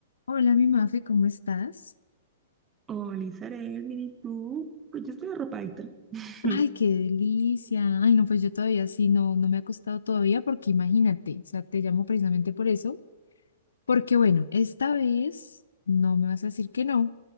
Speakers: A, on the left; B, on the right.
A: Hola, mi Mafe, ¿cómo estás?
B: Hola, Isabel, ¿y tú? Pues yo estoy arropadita. <laughs>
A: Ay, qué delicia. Ay, no, pues yo todavía sí, no, no me ha acostado todavía porque imagínate, o sea, te llamo precisamente por eso, porque bueno, esta vez no me vas a decir que no.